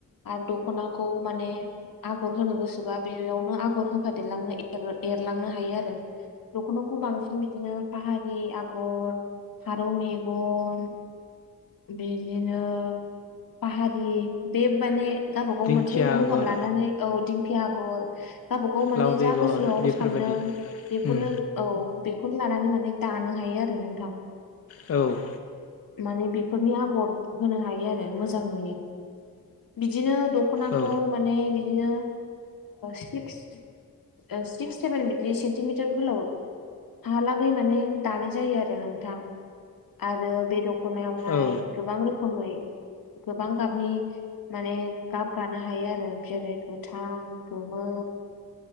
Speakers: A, on the left; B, on the left.
A: आरो दखनाखौ माने आगर होनो गोसोबा बेयावनो आगर होफादेरलांनो एरलांनो हायो आरो दख'नाखौ बांसिन बिदिनो फाहारि आगर फारौ मेगन बिदिनो फाहारि बे माने गाबबागाव
B: दिंखिया
A: मोनसे
B: आगर
A: महर लानानै औ दिंखि आगर गावबागाव माने
B: लाव बेगर
A: जा गोसो सोआव
B: बेफोरबादि
A: सान्दों बेखौनो
B: उम
A: औ बेखौनो लानानै माने दानो हायो आरो नोंथां।
B: औ
A: माने बेफोरनि आगर होनो हायो आरो मोजां नुयो। बिदिनो दखनाखौ
B: औ
A: माने बिदिनो सिक्स सिक्स सेभेन बिदि सेन्टिमिटार गोलाव हालाबै माने दानाय जायो आरो नोंथां आरो बे दं दखनायावहाय
B: औ
A: गोबां रोखोमै गोबां गाबनि माने गाब गानो हायो आरो जेरै गोथां गोमो